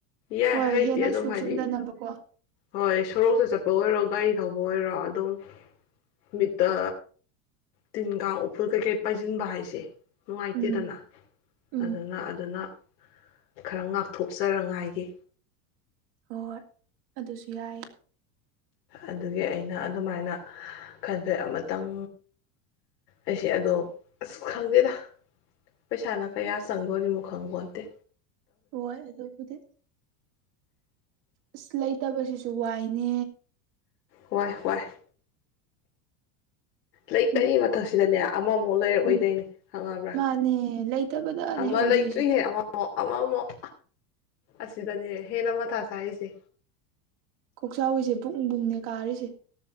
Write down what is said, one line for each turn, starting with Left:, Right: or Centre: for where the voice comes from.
Left: ꯌꯥꯏ
Right: ꯍꯣꯏ
Left: ꯍꯩꯇꯦ
Right: ꯍꯦꯟꯅ
Left: ꯑꯗꯨꯝ
Right: ꯁꯣꯛꯆꯤꯟꯗꯅꯕꯀꯣ
Left: ꯍꯥꯏꯗꯤ ꯍꯣꯏ ꯁꯣꯔꯣꯛꯇ ꯆꯠꯄ ꯑꯣꯏꯔꯣ ꯒꯥꯔꯤ ꯊꯧꯕ ꯑꯣꯏꯔꯣ ꯑꯗꯨꯝ ꯃꯤꯠꯇ ꯇꯤꯟ ꯀꯥꯡ ꯎꯐꯨꯜ ꯀꯩꯀꯩ ꯄꯥꯏꯁꯤꯟꯕ ꯍꯥꯏꯁꯦ ꯅꯨꯡꯉꯥꯏꯇꯦꯗꯅ
Right: ꯎꯝ ꯎꯝ
Left: ꯑꯗꯨꯅ ꯑꯗꯨꯅ ꯈꯔ ꯉꯥꯛꯊꯣꯛꯆꯔꯉꯥꯏꯒꯤ
Right: ꯍꯣꯏ ꯑꯗꯨꯁꯨ ꯌꯥꯏ
Left: ꯑꯗꯨꯒꯤ ꯑꯩꯅ ꯑꯗꯨꯃꯥꯏꯅ ꯈꯟꯕꯩ ꯑꯃꯇꯪ ꯑꯩꯁꯦ ꯑꯗꯣ ꯑꯁ ꯈꯪꯗꯦꯗ ꯄꯩꯁꯥꯅ ꯀꯌꯥ ꯆꯪꯗꯣꯏꯔꯤꯅꯣ ꯈꯪꯕꯣꯟꯇꯦ
Right: ꯍꯣꯏ ꯑꯗꯨꯕꯨꯗꯤ ꯏꯁ ꯂꯩꯇꯕ ꯁꯤꯁꯨ ꯋꯥꯏꯅꯦ
Left: ꯍꯣꯏ ꯍꯣꯏ ꯂꯩꯇꯔꯤ
Right: ꯎꯝ
Left: ꯃꯊꯛꯁꯤꯗꯅꯦ ꯑꯃꯃꯨꯛ ꯂꯩꯔꯛꯑꯣꯏꯗꯩꯏꯅꯦ
Right: ꯎꯝ
Left: ꯈꯪꯉꯕ꯭ꯔꯥ
Right: ꯃꯥꯅꯦ ꯂꯩꯇꯕꯗꯅꯦ
Left: ꯑꯃ
Right: ꯑꯣꯏꯗꯣꯏꯁꯦ
Left: ꯂꯩꯥꯏꯇ꯭ꯔꯤꯉꯩ ꯑꯃꯃꯨꯛ ꯑꯃ ꯑꯃꯛ ꯑꯁꯤꯗꯅꯤ ꯍꯦꯟꯅ ꯃꯊꯥ ꯆꯥꯏꯔꯤꯁꯦ
Right: ꯀꯣꯛꯆꯥꯎꯕꯤꯁꯦ ꯕꯨꯡ ꯕꯨꯡꯅꯦ ꯀꯥꯔꯤꯁꯦ